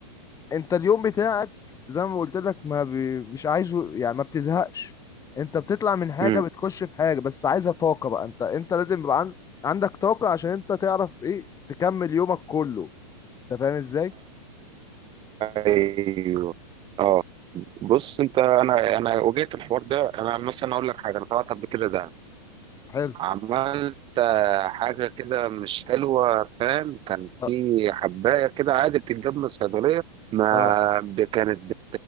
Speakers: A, on the left; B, on the right.
A: انت اليوم بتاعك زي ما قلت لك ما بي... مش عايزه يعني ما بتزهقش انت بتطلع من حاجة
B: امم
A: بتخش في حاجة بس عايزة طاقة بقى انت انت لازم يبقى عن... عندك طاقة عشان انت تعرف ايه تكمل يومك كله انت فاهم ازاي
B: ايوه اه بص انت انا انا واجهت الحوار ده انا مثلا اقول لك حاجه انا طلعت قبل كده ده
A: حلو
B: عملت آه، حاجه كده مش حلوه فاهم كان
A: اه,
B: في حبايه كده عادي بتتجاب من الصيدليه ما
A: آه.
B: ب- كانت بت